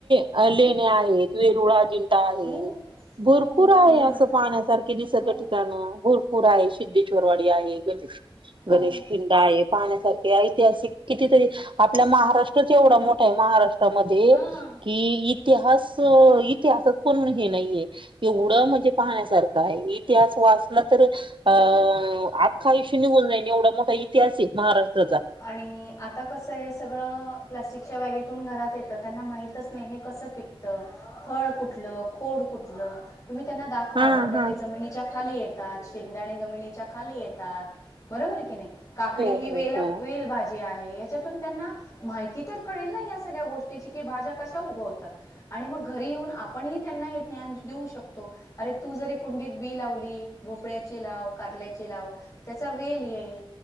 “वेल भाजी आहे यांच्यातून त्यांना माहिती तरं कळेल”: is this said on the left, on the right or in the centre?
Left